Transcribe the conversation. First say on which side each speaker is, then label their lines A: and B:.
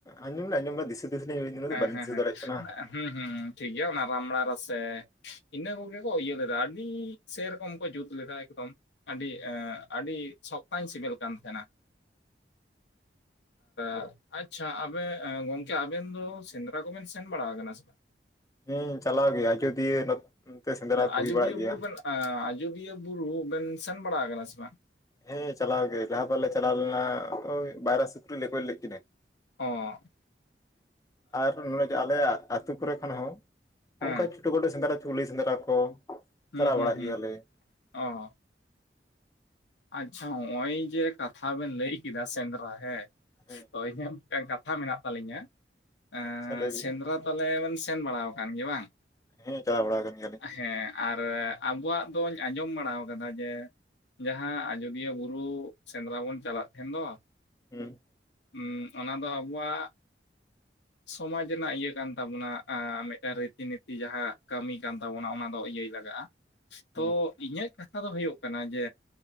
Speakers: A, on the left; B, on the left.
A: ᱟᱸᱡᱚᱢ ᱫᱚ ᱞᱤᱧ ᱟᱸᱡᱚᱢ ᱵᱟᱲᱟ ᱫᱤᱥᱟᱹ ᱫᱤᱥᱟᱹ ᱞᱤᱧ ᱵᱡᱽᱫᱟ ᱩᱱᱟᱹᱜ
B: ᱦᱮᱸ
A: ᱫᱚ
B: ᱦᱮᱸ
A: ᱵᱟᱞᱤᱧ
B: ᱦᱮᱸ
A: ᱫᱤᱥᱟᱹ ᱫᱟᱲᱮᱭᱟᱜ ᱠᱟᱱᱟ
B: ᱦᱩᱸ ᱦᱩᱸ ᱴᱷᱤᱠ ᱜᱮᱭᱟ ᱚᱱᱟ ᱨᱟᱢᱵᱽᱲᱟ ᱨᱟᱥᱮ ᱤᱱᱟᱹ ᱠᱚᱜᱮ ᱠᱚ ᱤᱭᱟᱹ ᱞᱮᱫᱟ ᱟᱰᱤ ᱥᱮᱨᱚᱠᱚᱢ ᱠᱚ ᱡᱩᱛ ᱞᱮᱫᱟ ᱮᱠᱫᱚᱢ ᱟᱰᱤ ᱟᱰᱤ ᱥᱚᱠᱛᱟᱧ ᱥᱮᱵᱮᱞ ᱠᱟᱱ ᱛᱟᱦᱮᱱᱟ <inaudible> ᱟᱪᱷᱟ ᱟᱵᱮ ᱜᱚᱝᱠᱮ ᱟᱵᱮᱱ ᱥᱮᱸᱫᱽᱨᱟ ᱠᱚᱵᱮᱱ ᱥᱮᱱ ᱵᱟᱲᱟ ᱟᱠᱟᱱᱟ ᱥᱮ ᱵᱟᱝ?
A: ᱦᱩᱸ ᱪᱟᱞᱟᱣ ᱜᱮ ᱟᱡᱚᱫᱤᱭᱟᱹ ᱱᱚᱛᱮ ᱥᱮᱸᱫᱽᱨᱟ ᱠᱚ
B: ᱟᱡᱚᱫᱤᱭᱟᱹ
A: ᱦᱩᱭ ᱵᱟᱲᱟᱜ ᱜᱮᱭᱟ
B: ᱵᱩᱨᱩ ᱵᱮᱱ ᱟᱡᱚᱫᱤᱭᱟᱹ ᱵᱩᱨᱩ ᱵᱮᱱ ᱥᱮᱱ ᱵᱟᱲᱟ ᱠᱟᱱᱟ ᱥᱮ ᱵᱟᱝ?
A: ᱦᱮᱸ ᱪᱟᱞᱟᱣ ᱜᱮ ᱞᱟᱦᱟ ᱵᱟᱨ ᱞᱮ ᱪᱟᱞᱟᱣ ᱞᱮᱱᱟ ᱳᱭ ᱵᱟᱭᱨᱟ ᱥᱩᱠᱨᱤ ᱞᱮ ᱜᱚᱡᱽ ᱞᱮᱫ ᱠᱤᱱᱟᱹ
B: ᱚᱸ
A: ᱟᱨ ᱱᱚᱜ-ᱚᱭ ᱡᱮ ᱟᱞᱮᱭᱟᱜ ᱟᱹᱛᱩ ᱠᱚᱨᱮ ᱠᱷᱚᱱ ᱦᱚᱸ
B: ᱦᱮᱸ
A: ᱚᱝᱠᱟ ᱪᱷᱳᱴᱳ ᱠᱷᱟᱴᱳ ᱥᱮᱸᱫᱽᱨᱟ ᱪᱩᱞᱦᱤ ᱥᱮᱸᱫᱽᱨᱟ ᱠᱚ
B: ᱦᱩᱸ
A: ᱪᱟᱞᱟᱣ
B: ᱦᱩᱸ
A: ᱵᱟᱲᱟᱜ
B: ᱦᱩᱸ
A: ᱜᱮᱭᱟᱞᱮ
B: ᱚ ᱟᱪᱷᱟ ᱦᱚᱸᱜᱚᱭ ᱡᱮ ᱠᱟᱛᱷᱟ ᱵᱮᱱ ᱞᱟᱹᱭ ᱠᱮᱫᱟ ᱥᱮᱸᱫᱽᱨᱟ ᱦᱮᱸ
A: ᱦᱮᱸ
B: ᱛᱚ <unintelligible> ᱢᱤᱫ ᱴᱟᱝ ᱠᱟᱛᱷᱟ ᱢᱮᱱᱟᱜ ᱛᱟᱹᱞᱤᱧᱟ ᱮᱸ
A: ᱟᱪᱪᱷᱟ ᱞᱟᱹᱭ ᱵᱤᱱ
B: ᱥᱮᱸᱫᱽᱨᱟ ᱛᱟᱞᱮ ᱵᱮᱱ ᱥᱮᱱ ᱵᱟᱲᱟ ᱠᱟᱱ ᱜᱮᱭᱟ ᱵᱟᱝ?
A: ᱦᱮᱸ ᱪᱟᱞᱟᱣ ᱵᱟᱲᱟ ᱟᱠᱟᱱ ᱜᱮᱭᱟᱞᱤᱧ
B: ᱦᱮᱸ ᱟᱨ ᱟᱵᱚᱣᱟᱜ ᱫᱚᱸᱧ ᱟᱸᱡᱚᱢ ᱵᱟᱲᱟ ᱠᱟᱫᱟ ᱡᱮ ᱡᱟᱦᱟᱸ ᱟᱡᱚᱫᱤᱭᱟᱹ ᱵᱩᱨᱩ ᱥᱮᱸᱫᱽᱨᱟ ᱵᱚᱱ ᱪᱟᱞᱟᱜ ᱛᱟᱦᱮᱱ ᱫᱚ
A: ᱦᱩᱸ
B: ᱩᱸ ᱚᱱᱟ ᱫᱚ ᱟᱵᱚᱣᱟᱜ ᱥᱚᱢᱟᱡᱽ ᱨᱮᱱᱟᱜ ᱤᱭᱟᱹ ᱠᱟᱱ ᱛᱟᱵᱚᱱᱟ ᱢᱤᱫᱴᱟᱝ ᱨᱤᱛᱤ ᱱᱤᱛᱤ ᱡᱟᱦᱟᱸ ᱠᱟᱹᱢᱤ ᱠᱟᱱ ᱛᱟᱵᱚᱱᱟ ᱚᱱᱟ ᱫᱚ ᱤᱭᱟᱹ ᱞᱟᱜᱟᱜᱼᱟ ᱛᱚ
A: ᱦᱩᱸ
B: ᱤᱧᱟᱹᱜ ᱠᱟᱛᱷᱟ ᱫᱚ ᱦᱚᱭᱩᱜ ᱠᱟᱱᱟ ᱡᱮ